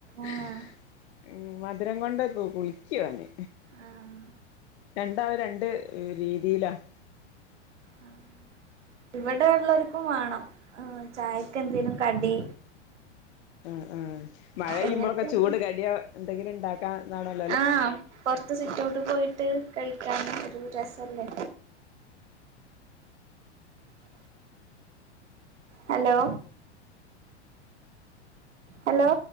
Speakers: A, on the left; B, on the right.
A: ഹ്
B: ആഹ്
A: ഉം മധുരം കൊണ്ട് കു കുളിക്ക്യുവന്
B: ആഹ്
A: രണ്ടാള് രണ്ട് <unintelligible> രീതിയിലാണ്
B: ആ ഇവിടെ ള്ളോര്ക്കും വാണം ആ ചായക്കന്തേലും കടി
A: ആ ആഹ് മഴയ്യുമ്പോഴൊക്കെ
B: എങ്ങനത്തെല്ല
A: ചൂട് കട്യോന്തെങ്കിലും ഇ ണ്ടാക്കാന്നാ ണല്ലോല്ലേ.
B: ആഹ് പൊറത്ത് സിറ്റൗട്ട്പോയിട്ട്, കഴിക്കാനും ഒരു രസല്ലേ. Hello... hello.